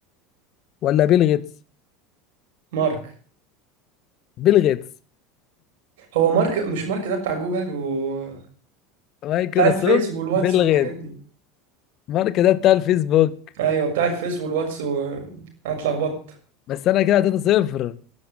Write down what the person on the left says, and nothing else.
ولا بيل غيتس
بيل غيتس
مايكروسوفت
بيل
غيتس
مارك ده بتاع الفيسبوك
بس انا كده 3 صفر